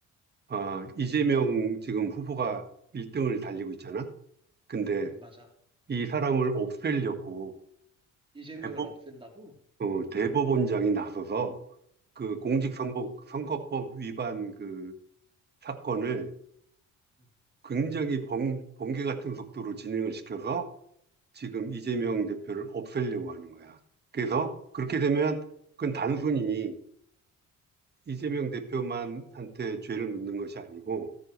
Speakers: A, on the right (about 35°); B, on the right (about 15°).
A: 아, 이재명 지금 후보가 1등을 달리고 있잖아? 근데
B: 응, 맞아.
A: 이 사람을 없애려고
B: 이재명을
A: 대법,
B: 없앤다고?
A: 어, 대법원장이 나서서 그 공직선거
B: 어.
A: 선거법 위반 그 사건을
B: 음,
A: 굉장히 번, 번개 같은 속도로 진행을 시켜서 지금 이재명 대표를 없애려고 하는 거야. 그래서 그렇게 되면 그건 단순히 이재명 대표만한테 죄를 묻는 것이 아니고